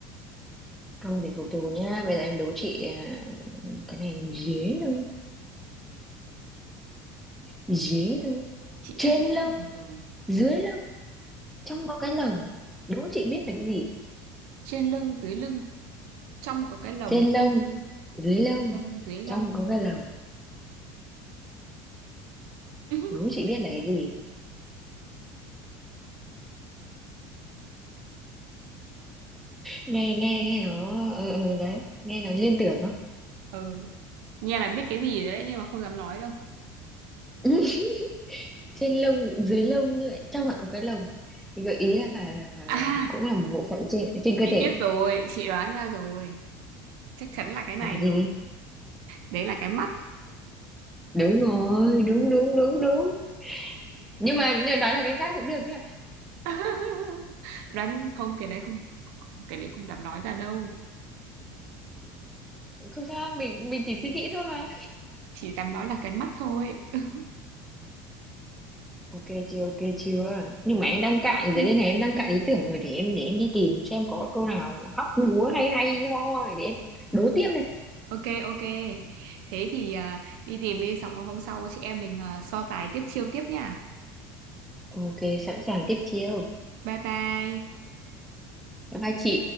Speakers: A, in the centre; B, on the right.
A: Thôi để phục thù nhá, bây giờ em đố chị à, cái này dế thôi, dế thôi.
B: chị
A: Trên
B: đã
A: lông,
B: rồi
A: dưới lông, trong có cái lồng. Đố chị biết là cái gì?
B: trên lưng dưới lưng trong có cái lồng
A: Trên lông, dưới
B: à,
A: lông,
B: trên lông dưới lông
A: trong có cái lồng.
B: <laughs>
A: Đố chị biết là cái gì? Nghe nghe nghe nó ừ, ừ, đấy, nghe nó liên tưởng không?
B: ừ. nghe là biết cái gì rồi đấy nhưng mà không dám nói đâu
A: <laughs> Trên lông, dưới lông như vậy, trong lại có cái lồng. Thì Gợi ý là là
B: à
A: là cũng là một bộ phận trên trên cơ
B: chị
A: thể.
B: biết rồi chị đoán ra rồi chắc chắn là cái này
A: Là
B: rồi
A: gì?
B: đấy là cái mắt
A: Đúng rồi, đúng đúng đúng đúng. Nhưng mà nhưng đó là cái khác cũng được chứ
B: <laughs> đoán không cái đấy không, không cái đấy không dám nói ra đâu
A: không sao mình mình chỉ suy nghĩ thôi mà
B: chỉ dám nói là cái mắt thôi <laughs>
A: ok chưa ok chưa nhưng mà em đang cạn
B: Ừ.
A: rồi đây này em đang cạn ý tưởng rồi để em để em đi tìm xem có câu nào hóc búa hay hay ho ho để em đố tiếp đây
B: ok ok thế thì à, đi tìm đi xong rồi hôm sau chị em mình à, so tài tiếp chiêu tiếp nha
A: ok sẵn sàng tiếp chiêu
B: bye bye
A: bye bye chị